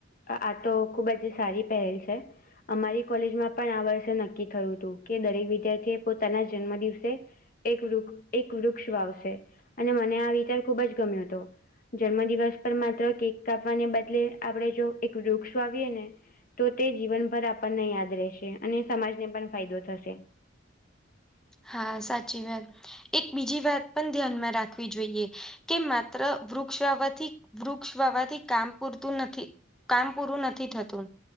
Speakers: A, on the left; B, in the centre.
A: આ આટો ખૂબ સારી પહેલ છે. અમારી કોલેજમાં પણ આ વર્ષે નક્કી થયું તું કે, દરેક વિદ્યાર્થી એ પોતાના જન્મ દિવસે એક વૃક એક વૃક્ષ વાવશે અને મને આ વિચાર ખૂબ જ ગમ્યો તો. જન્મ દિવસ પર માત્ર કેક કાપવાને બદલે આપડે જો એક વૃક્ષો વાવીએ ને. તો તે જીવનભર આપણને યાદ રેશે અને સમાજને પણ ફાયદો થશે.
B: હા, સાચી વાત. એક બીજી વાત પણ ધ્યાનમાં રાખવી જોઈએ. કે માત્ર વૃક્ષ વાવાથી, વૃક્ષ વાવાથી કામ પૂરતું નથી. કામ પૂરુ નથી થતું.